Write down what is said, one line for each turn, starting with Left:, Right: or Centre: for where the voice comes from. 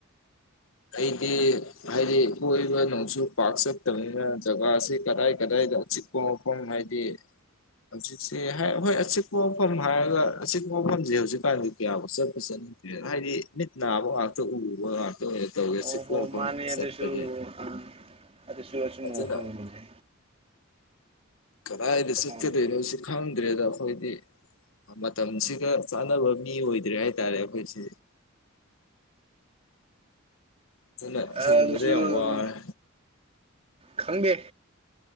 Left: ꯑꯩꯗꯤ ꯍꯥꯏꯗꯤ ꯀꯣꯏꯕ ꯅꯣꯡꯁꯨꯨ ꯄꯥꯛ ꯆꯠꯇꯕꯅꯤꯅ ꯖꯒꯥꯁꯤ ꯀꯗꯥꯏ ꯀꯗꯥꯏꯗꯤ ꯑꯆꯤꯛ ꯄꯨꯝꯈꯣꯡ ꯍꯥꯏꯗꯤ ꯍꯧꯖꯤꯛꯁꯤ ꯍꯥꯏ ꯍꯣꯏ ꯑꯆꯤꯛꯄ ꯃꯐꯝ ꯍꯥꯏꯔꯒ ꯑꯆꯤꯛꯄ ꯃꯐꯝꯁꯤ ꯍꯧꯖꯤꯛꯀꯥꯟꯗꯤ ꯀꯌꯥꯕꯨ ꯆꯠꯄꯨ ꯆꯠꯅꯤ ꯍꯥꯏꯗꯤ ꯃꯤꯠ ꯅꯥꯕ ꯉꯥꯛꯇ ꯎꯕ ꯉꯥꯛꯇ ꯑꯣꯏꯅ ꯇꯧꯒꯦ
Right: ꯑꯣ
Left: ꯁꯤ
Right: ꯍꯣ
Left: ꯀꯣ ꯃꯐꯝ
Right: ꯃꯥꯅꯦ ꯑꯗꯨꯁꯨ
Left: ꯆꯠꯄꯁꯦ
Right: ꯑꯥ ꯑꯗꯨꯁꯨ ꯑꯆꯨꯝꯕ
Left: ꯑꯗꯨꯅ
Right: ꯋꯥꯐꯝ ꯑꯃꯥꯅꯤ
Left: ꯀꯗꯥꯏꯗ ꯆꯠꯀꯗꯣꯏꯅꯣ
Right: ꯑꯃꯅꯦ
Left: ꯁꯤ ꯈꯪꯗ꯭ꯔꯦꯗ ꯑꯩꯈꯣꯏꯗꯤ ꯃꯇꯝꯁꯤꯒ ꯆꯥꯟꯅꯕ ꯃꯤ ꯑꯣꯏꯗ꯭ꯔꯦ ꯍꯥꯏꯇꯥꯔꯦ ꯑꯩꯈꯣꯏꯁꯤ ꯑꯗꯨꯅ
Right: ꯑꯥ
Left: ꯍꯤꯡꯕꯗ
Right: ꯑꯗꯨꯁꯨ
Left: ꯌꯥꯝ
Right: ꯑꯗꯨꯝ
Left: ꯋꯥꯔꯦ
Right: ꯈꯪꯗꯦ